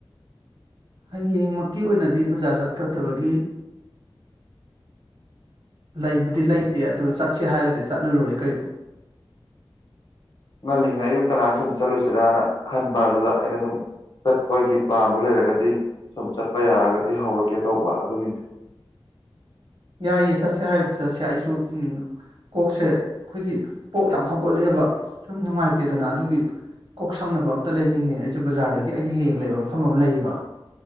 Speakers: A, on the right; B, on the left.
A: ꯍꯌꯦꯡꯃꯛꯀꯤ ꯑꯣꯏꯅꯗꯤ ꯕꯖꯥꯔ ꯆꯠꯀꯗꯕꯒꯤ ꯂꯩꯕꯨꯗꯤ ꯂꯩꯇꯦ ꯑꯗꯨ ꯆꯠꯁꯦ ꯍꯥꯏꯔꯒꯗꯤ ꯆꯠꯂ ꯂꯣꯏꯔꯦ ꯀꯩꯅꯣ
B: ꯉꯜꯂꯤꯉꯩ ꯑꯌꯨꯛꯇ ꯉꯥꯏꯍꯥꯛ ꯁꯨꯝ ꯆꯠꯂꯨꯁꯤꯔꯅ ꯈꯟꯕ ꯑꯗꯨꯗ ꯑꯩꯅ ꯁꯨꯝ ꯆꯠꯄꯒꯤ ꯄ꯭ꯂꯥꯟꯗꯨ ꯂꯩꯔꯒꯗꯤ ꯁꯨꯝ ꯆꯠꯄ ꯌꯥꯔꯒꯗꯤ ꯍꯧꯔꯛꯀꯦ ꯇꯧꯕ ꯑꯗꯨꯒꯤꯅꯤ <inaudible>
A: ꯌꯥꯏꯌꯦ ꯆꯠꯁꯦ ꯍꯥꯏꯔꯒꯗꯤ ꯆꯠꯁꯦ ꯑꯩꯁꯨ ꯀꯣꯛꯁꯦ ꯑꯩꯈꯣꯏꯒꯤ ꯄꯣꯛ ꯌꯥꯝ ꯍꯧꯒꯠꯂꯛꯑꯦꯕ ꯁꯨꯝ ꯅꯨꯡꯉꯥꯏꯇꯦꯗꯅ ꯑꯗꯨꯒꯤ ꯀꯣꯛ ꯁꯪꯅꯕ ꯑꯝꯇ ꯂꯩꯅꯤꯡꯉꯦ ꯑꯩꯖꯨ ꯕꯖꯥꯔꯗꯒꯤ ꯑꯩꯅ ꯍꯦꯛ ꯍꯦꯛ ꯂꯩꯕ ꯃꯐꯝ ꯑꯃ ꯂꯩꯌꯦꯕ